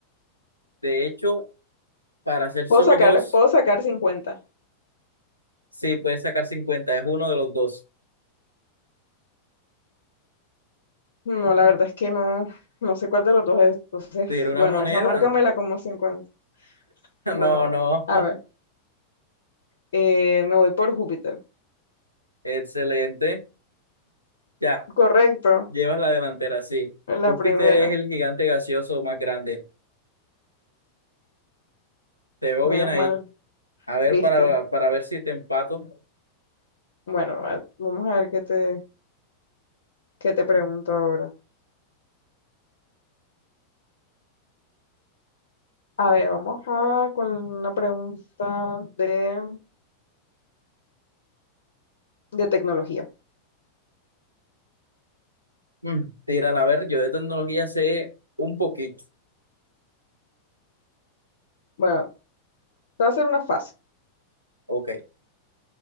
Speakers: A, on the right; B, on the left.
A: De hecho, para hacer
B: Puedo
A: solo
B: sacar,
A: dos,
B: puedo sacar cincuenta
A: sí, puedes sacar 50 es uno de los dos.
B: No, la verdad es que no, no sé cuál de los dos es. Entonces,
A: ¿Te dieron
B: bueno,
A: una moneda?
B: esa marca me la
A: <laughs>
B: como cincuenta
A: No,
B: Bueno,
A: no.
B: a ver, eh, me voy por Júpiter.
A: <laughs> Excelente. Ya,
B: Correcto,
A: llevas la delantera, sí.
B: la
A: Júpiter
B: primera.
A: es el gigante gaseoso más grande. Te veo
B: Menos
A: bien ahí.
B: mal,
A: A ver,
B: viste.
A: para, para ver si te empato.
B: Bueno, a- vamos a ver qué te, qué te pregunto ahora. A ver, vamos a con una pregunta de, de tecnología.
A: Mm, Tiran, a ver, yo de tecnología sé un poquito.
B: Bueno, te voy a hacer una fácil.
A: Ok,